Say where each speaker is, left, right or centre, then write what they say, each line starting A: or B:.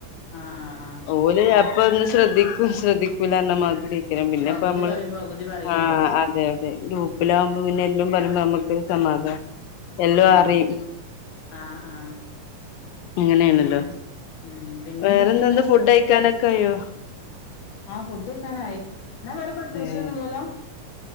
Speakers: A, on the left; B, on the left.
A: ആഹ് ആഹ് ആഹ്.
B: പോലെ അപ്പോ ഒന്നും ശ്രദ്ധിക്കും, ശ്രദ്ധിക്കൂല്ലാന്ന മാതിരി. ക്കണം പിന്നെ
A: പകുതി
B: ഇപ്പ നമ്മള്
A: പറയും പകുതി പറയില്ലല്ലോ
B: ആഹ് അതെ, അതെ ഗ്രൂപ്പിലാകുമ്പ പിന്നെ എല്ലാം പറുമ്പോ നമക്ക് സമാധാനം- എല്ലാം
A: ആഹ്
B: അറിയും
A: ആഹ് ആഹ്
B: അങ്ങനെയാണല്ലോ?
A: പിന്നെ ഉം.. പിന്നെന്തൊക്കെന്നാ
B: വേറെന്തൊണ്ട്‌ ഫുഡ് കഴിക്കാനൊക്കെ ആയോ?
A: ആഹ് ഫുഡ് കക്കാന ആയി, എന്നാ വേറെ- പ്രത്യേകിച്ചൊന്നുമില്ലാലോ?
B: ഏഹ്